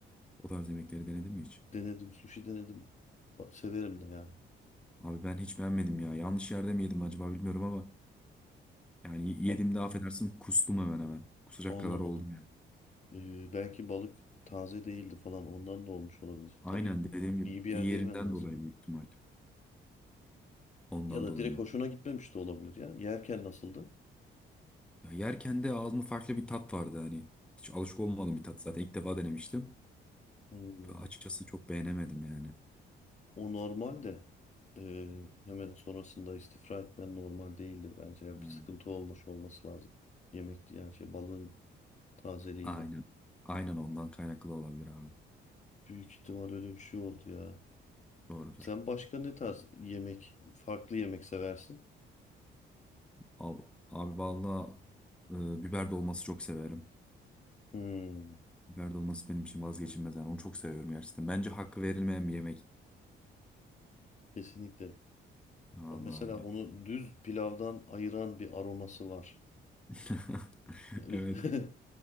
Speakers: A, in the centre; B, on the left.
A: O tarz yemekleri denedin mi hiç?
B: Denedim, sushi denedim. Ba- Severim de yani.
A: Abi ben hiç beğenmedim ya. Yanlış yerde mi yedim acaba bilmiyorum ama yani yediğimde
B: A-
A: affedersin kustum hemen hemen. Kusacak
B: Allah
A: kadar
B: Allah.
A: oldum
B: Ee, belki balık taze değildi falan ondan da olmuş olabilir.
A: Aynen
B: Tabii
A: dediğim gibi
B: iyi bir
A: yerinden
B: yerde yemen lazım.
A: dolayı büyük ihtimal. Ondan
B: Ya da
A: dolayı
B: direkt
A: mı?
B: hoşuna gitmemiş de olabilir ya. Yerken nasıldı?
A: Ya yerken de ağzımda farklı bir tat vardı hani. Hiç alışık olmadığım bir tat zaten ilk defa denemiştim.
B: Hmm.
A: Açıkçası çok beğenemedim yani.
B: O normal de ee, hemen sonrasında istifra etmen normal değildir bence. Ya
A: Yani
B: bir sıkıntı olmuş olması lazım. Yemekti yani şey balığın tazeliğinde.
A: Aynen. Aynen ondan kaynaklı olabilir abi.
B: Büyük ihtimal öyle bir şey oldu ya.
A: Doğrudur.
B: Sen başka ne tarz yemek, farklı yemek seversin?
A: Abi, abi valla e, biber dolması çok severim.
B: Hmm,
A: Biber dolması benim için vazgeçilmez yani. Onu çok seviyorum gerçekten. Bence hakkı verilmeyen bir yemek.
B: kesinlikle.
A: Vallahi
B: Ya mesela
A: öyle.
B: onu düz pilavdan ayıran bir aroması var.
A: <laughs>
B: Ya, öz-
A: Evet.
B: <laughs>